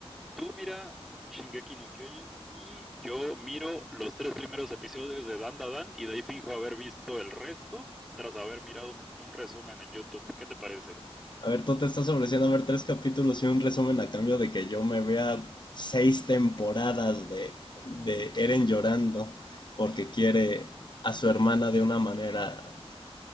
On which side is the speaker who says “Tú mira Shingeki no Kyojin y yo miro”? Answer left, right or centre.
Centre